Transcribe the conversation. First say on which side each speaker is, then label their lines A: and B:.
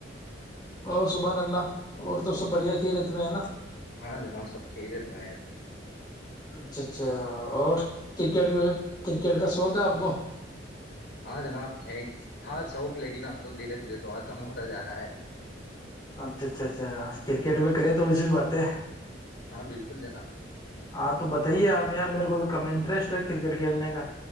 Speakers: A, on the left (about 25°); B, on the left (about 75°).
A: اور صبہان اللہ اور تو سب بڑھیا خیریت میں ہے نا
B: ہاں جناب سب خیریت میں ہیں سب
A: اچھا اچھا اور کرکٹ بھی کرکٹ کا شوق ہے آپ کو
B: ہاں جناب ہے تھا شوق لیکن اب تو دھیرے دھیرے تھوڑا کم ہوتا جاتا ہے
A: اچھا اچھا اچھا کرکٹ پے کریے تھوڑی سی باتیں
B: ہاں بالکل جناب
A: ہاں تو بتائیے آپ یار میرے کو تو انٹرسٹ ہے کرکٹ کھیلنے کا